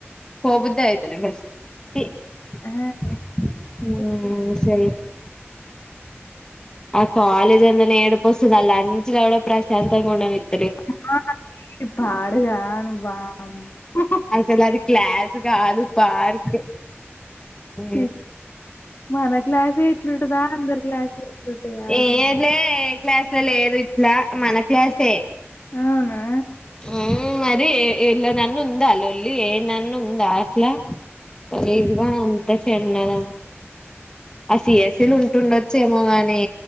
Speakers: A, on the left; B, on the left.
A: పోబుద్ది అయితలే <unintelligible>
B: ఆ
A: ఊ...
B: పిచ్చి లే-
A: సరే ఓకె ఆ కాలేజ్ అంటేనే ఏడుపొస్తుంది ఆ లంచ్ లో కూడా ప్రశాంతంగా ఉండనియ్యరు
B: <inaudible>
A: అసలు అది క్లాస్ అది కాదు పార్కు ఊ..
B: ఛీ మన క్లాసే ఇట్లుంటదా అందరు క్లాసులు ఇట్లుంటాయా
A: ఏ లే క్లాస్ల లేదు ఇపుడు ఆ మన క్లాసే
B: అవునా
A: ఆ మరి ఎలా నన్ను ఉందా అల లొల్లి ఏ నన్ను ఉందా అట్లా కలీజ్గా అంత చెన్నాల ఆ సిఎస్ఎల్ ఉంట <inaudible> ఉట్టుండొచ్చేమో గాని